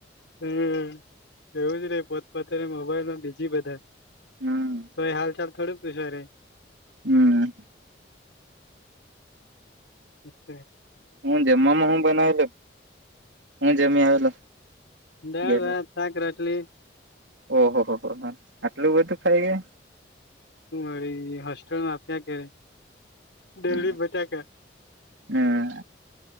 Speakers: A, on the left; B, on the right.
A: હમ એવું જ રે પોતપતના મોબાઈલમાં બીજી બધા
B: હમ
A: તો એ હાલ ચાલ થોડુંક પૂછ રે?
B: હમ
A: હમ
B: હું જમવામાં હું બનાવેલો? હું જમી આવેલો?
A: દાળ,
B: ગેલો
A: ભાત, શાક, રાટલી.
B: ઓહો હો હો આટલું બધું ખાઈ ગયો?
A: હરી હોસ્ટલમાં આપ્યા કરે
B: ગયા
A: ડેલી બટાકા
B: હમ